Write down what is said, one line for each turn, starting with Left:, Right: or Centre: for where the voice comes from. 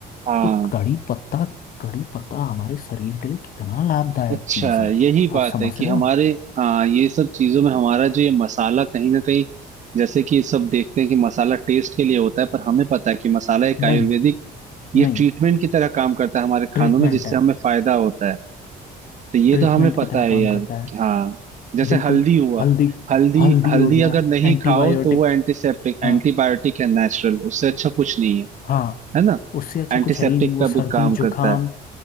Right: हाँ
Left: तो कड़ी पत्ता कड़ी पत्ता हमारे शरीर के लिए कितना लाभदायक
Right: अच्छा
Left: चीज है
Right: यही बात
Left: आप समझ
Right: है कि
Left: रहे
Right: हमारे
Left: हो
Right: हाँ ये सब चीजों में हमारा जो ये मसाला कहीं ना कहीं जैसे कि सब देखते हैं कि मसाला टेस्ट के लिए होता है पर हमें पता है कि मसाला एक आयुर्वेदिक
Left: नहीं
Right: ये
Left: नहीं
Right: ट्रीटमेंट की तरह काम करता है हमारे खानों
Left: ट्रीटमेंट
Right: में जिससे
Left: है
Right: हमें फायदा होता है तो ये
Left: ट्रीटमेंट
Right: तो हमें पता
Left: की तरह
Right: है
Left: काम
Right: यार
Left: करता है
Right: कि हाँ जैसे
Left: बिल्कुल
Right: हल्दी हुआ
Left: हल्दी
Right: हल्दी
Left: हल्दी
Right: हल्दी
Left: हो गया
Right: अगर नहीं
Left: एंटीबायोटिक
Right: खाओ तो वो एंटीसेप्टिक एंटीबायोटिक
Left: हाँ
Right: है नेचुरल उससे अच्छा कुछ नहीं है
Left: हाँ
Right: है ना
Left: उससे अच्छा
Right: एंटीसेप्टिक
Left: कुछ है ही नहीं वो
Right: का
Left: सर्दी
Right: भी काम
Left: जुकाम
Right: करता है